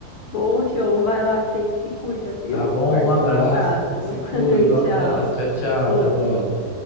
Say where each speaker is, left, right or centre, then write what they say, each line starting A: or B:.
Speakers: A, on the left; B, on the left.
A: Poxa, vai lá, Fê, se cuida, viu?
B: Tá bom?
A: Aguardo
B: Um abraço.
A: seu contato.
B: Se cuida,
A: <laughs>
B: um abraço.
A: Tchau.
B: Tchau, tchau.
A: Outro.
B: Até logo.